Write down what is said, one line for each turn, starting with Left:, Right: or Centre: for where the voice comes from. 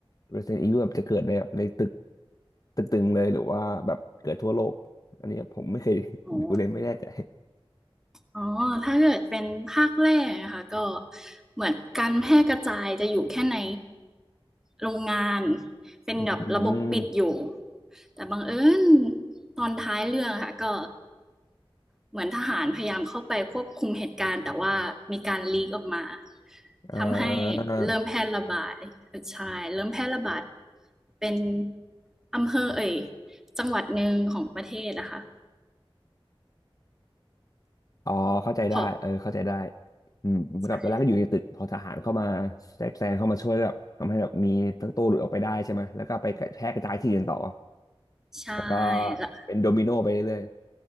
Left: Resident Evil แบบจะเกิดในแบบในตึกตึกตึงเลยหรือว่าแบบเกิดทั่วโลกอันนี้ผมไม่เคยดูเลยไม่แน่ใจ
Centre: อ๋อ อ๋อถ้าเกิดเป็นภาคแรกอะค่ะก็เหมือนการแพร่กระจายจะอยู่แค่ในโรงงานเป็นแบบระบบปิดอยู่
Left: อืม
Centre: แต่บังเอิญตอนท้ายเรื่องอะค่ะก็เหมือนทหารพยายามเข้าไปควบคุมเหตุการณ์แต่ว่ามีการลีกออกมา
Left: อ่า
Centre: ทำให้เริ่มแพร่ระบาดเออใช่เริ่มแพร่ระบาดเป็นอำเภอเอ่ยจังหวัดหนึ่งของประเทศนะคะ
Left: อ๋อเข้าใจได้เออเข้าใจได้
Centre: เพราะ
Left: อืมเหมือนกับตอนแรกก็อยู่ในตึกพอทหารเข้ามา
Centre: ใช่
Left: แทรกแซงเข้ามาช่วยแบบทำให้แบบมีทั้งตัวหลุดออกไปได้ใช่ไหมแล้วก็ไปกระแพร่กระจายที่อื่นต่อ
Centre: ใช่
Left: แล้วก็
Centre: แล้ว
Left: เป็นโดมิโนไปเรื่อย